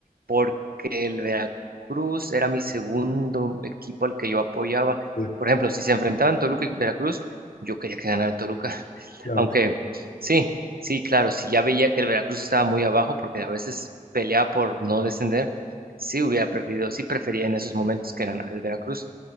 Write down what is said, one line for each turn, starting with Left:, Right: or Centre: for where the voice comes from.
Right: porque el Veracruz era mi segundo equipo al que yo apoyaba.
Left: Sí,
Right: Por ejemplo, si se enfrentaban Toluca y Veracruz, yo quería que ganara el Toluca. <laughs>
Left: claro,
Right: Aunque
Left: claro.
Right: sí, sí, claro, si ya veía que el Veracruz estaba muy abajo, porque a veces peleaba por no descender, sí hubiera preferido, sí prefería en esos momentos que ganara el Veracruz.